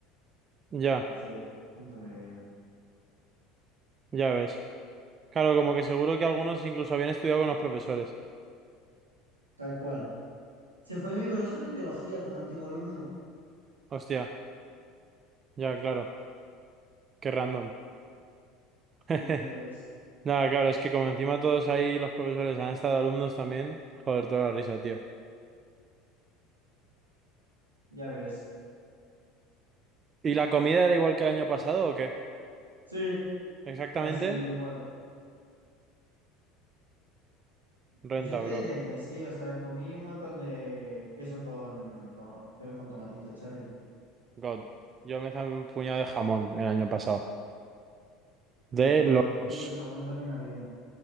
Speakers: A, on the right; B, on the right.
A: Ya,
B: Entonces, punto medio.
A: ya ves. Claro, como que seguro que algunos incluso habían estudiado con los profesores.
B: Tal cual. Se fue mi profesor de biología como antiguo alumno.
A: Hostia, ya, claro. Qué random.
B: Sí,
A: <laughs>
B: ya ves.
A: Nada, claro, es que como encima todos ahí los profesores han estado alumnos también. Joder, toda la risa, tío.
B: Ya ves.
A: ¿Y la comida era igual que el año pasado o qué?
B: Sí,
A: Exactamente,
B: casi que igual.
A: renta,
B: Pues Yo te
A: bro.
B: diría que sí, o sea, comí un montón de queso con, con- queso con tomatito cherry.
A: God. Yo me zamé un puñado de jamón el año pasado. De
B: God.
A: locos.
B: Sí, jamón también había.